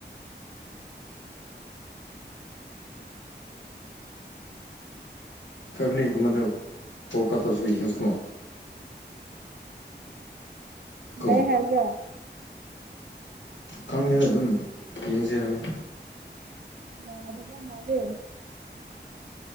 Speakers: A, on the left; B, on the right.
A: ꯐꯥꯏꯞ ꯃꯤꯅꯤꯠꯀꯨꯝꯕꯗ ꯐꯣꯜ ꯀꯠ ꯇꯧꯖꯤꯀꯣ ꯌꯦꯡꯖꯤꯀꯣ꯫ ꯀꯣ
B: ꯌꯥꯏ ꯍꯥꯏꯕ꯭ꯔꯥ-
A: ꯈꯪꯗꯦꯗ ꯑꯗꯨꯝ ꯌꯦꯡꯖꯦ ꯍꯥꯏꯕꯅꯦ
B: ꯌꯥꯗꯕ ꯃꯥꯜꯂꯦ